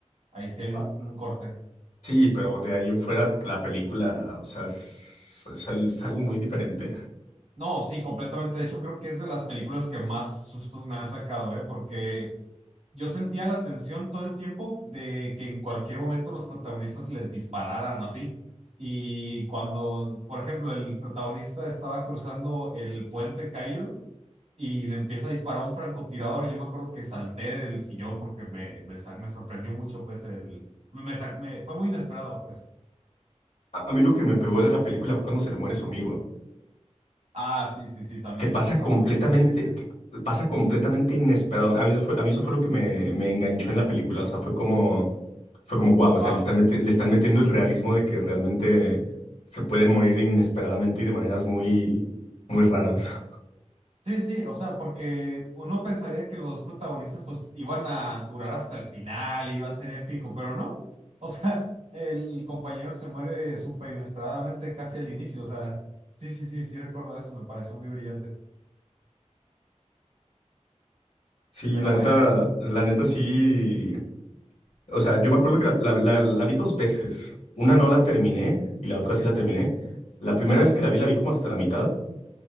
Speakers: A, on the right; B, on the left.
A: Ahí sí hay un,
B: Ah,
A: un corte.
B: Sí, pero de ahí en fuera la película, o sea, es, es al- es algo muy diferente.
A: No, sí, completamente. De hecho, creo que es de las películas que más sustos me han sacado, ¿eh? Porque Yo sentía la tensión todo el tiempo de que en cualquier momento los protagonistas les dispararan o así. Y cuando, por ejemplo, el protagonista estaba cruzando el puente caído y le empieza a disparar un francotirador, yo me acuerdo que salté del sillón porque me, me, sa- me sorprendió mucho, pues el... Me, sa- me- fue muy inesperado, pues.
B: A, a mí lo que me pegó de la película fue cuando se le muere su amigo.
A: Ah, sí, sí, sí, también
B: que pasa
A: fue una escena
B: completamente,
A: muy, muy triste.
B: que pasa completamente inesperado. A mí eso fue, a mí eso fue lo que me, me enganchó en la película. O sea, fue como, fue como, wow,
A: Wow.
B: o sea, le están meti- le están metiendo el realismo de que realmente se pueden morir inesperadamente y de maneras muy, muy raras. <laughs>
A: Sí, sí, o sea, porque uno pensaría que los protagonistas pues iban a durar hasta el final, iba a ser épico, pero no. O sea, el compañero se muere súper inesperadamente casi al inicio, o sea, sí, sí, sí, sí recuerdo eso, me pareció muy brillante.
B: Sí,
A: Pero
B: la
A: bueno,
B: neta, la neta sí. O sea, yo me acuerdo que la, la- la- la vi dos veces. Una no la terminé y la otra sí la terminé. La primera
A: ajá,
B: vez que la vi, la vi como hasta la mitad.